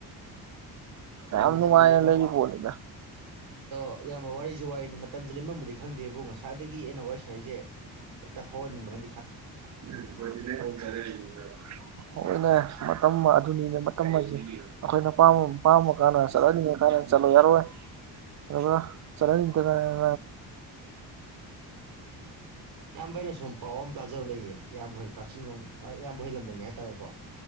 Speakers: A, on the right; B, on the right.
A: ꯌꯥꯝ
B: ꯃꯇꯝꯗꯤ
A: ꯅꯨꯡꯉꯥꯏꯅ
B: ꯂꯦꯟꯕ
A: ꯂꯩꯔꯤ ꯄꯣꯠꯅꯤꯗ
B: ꯑꯗꯣ ꯏꯌꯥꯝꯕ ꯋꯥꯔꯤꯁꯨ ꯋꯥꯔꯤꯅꯤ ꯃꯇꯝꯖꯦ ꯂꯦꯝꯐꯝꯕꯨꯗꯤ ꯈꯪꯗꯦꯕꯨ ꯉꯁꯥꯏꯗꯒꯤ ꯑꯩꯅ ꯋꯥꯔꯤ ꯁꯥꯥꯔꯩꯏꯖꯦ ꯍꯦꯛꯇ ꯍꯧꯍꯟꯅꯤꯡꯕꯅꯤ
A: <unintelligible> ꯍꯣꯏꯅꯦ ꯃꯇꯝ ꯑꯗꯨꯅꯤꯅꯦ ꯃꯇꯝ ꯍꯥꯏꯁꯦ ꯑꯩꯈꯣꯏꯅ ꯄꯥꯃ ꯀꯥꯟꯗ ꯆꯠꯍꯟꯅꯤꯡꯉꯀꯥꯟꯗ ꯆꯠꯂꯣ ꯌꯥꯔꯣꯏ ꯑꯗꯨꯒ ꯆꯠꯍꯟꯅꯤꯡꯇꯀꯥꯟꯅ
B: ꯏꯌꯥꯝꯕꯥ ꯑꯩꯅ ꯁꯨꯝ ꯄꯥꯎ ꯇꯥꯖꯕ ꯂꯩꯌꯦ ꯏꯌꯥꯝꯕ ꯍꯣꯏ ꯀꯛꯆꯤꯡꯂꯣꯝ ꯏꯌꯥꯝꯕ ꯍꯣꯏ ꯂꯝꯗꯝꯒꯤ ꯍꯥꯏꯇꯥꯔꯦꯀꯣ